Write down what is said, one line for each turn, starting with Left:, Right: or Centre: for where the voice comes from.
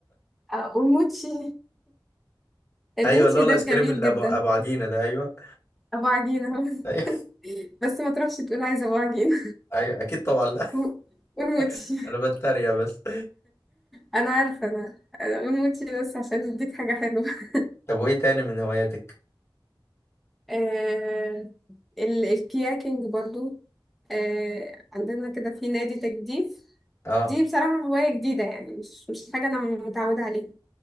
Centre: اه والموتشي الموتشي
Left: ايوه اللي هو الايس
Centre: ده جميل
Left: كريم اللي
Centre: جدا
Left: ابو ابو عجينه ده ايوه
Centre: ابو عجينة
Left: ايوه
Centre: <laughs> بس ما تروحش تقول عايزة ابو عجينة
Left: ايوه اكيد طبعا لا
Centre: <laughs> والموتشي
Left: <laughs> انا بتريق بس
Centre: انا عارفة انا أنا والموتشي بس عشان يديك حاجة حلوة <laughs>
Left: طب وايه تاني من هواياتك
Centre: آه ال- الكياكينج برضو آه عندنا كده في نادي تجديف
Left: اه
Centre: دي بصراحة هواية جديدة يعني مش مش حاجة أنا متعودة عليها